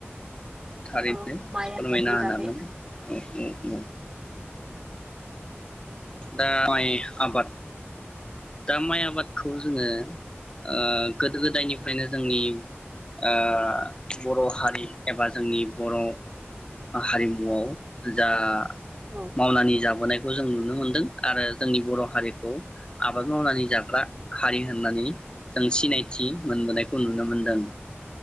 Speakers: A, on the left; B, on the right.
A: थारैनो
B: औ माइ
A: फोरमायना
B: आबादनि
A: होननांगोन
B: बागै
A: औ औ। उम दा माइ आबाद दा माइ आबादखौ जोङो ओ गोदो गोदायनिफ्रायनो जोंनि ओ बर हारि एबा जोंनि बर हारिमुआव जा
B: औ
A: मावनानानै जाबोनाय खौ जों नुनो मोनदों आरो जोंनि बर हारिखौ आबाद मावनानै जाग्रा हारि होननानै जों सिनायथि मोनबोनायखौ नुनो मोनदों।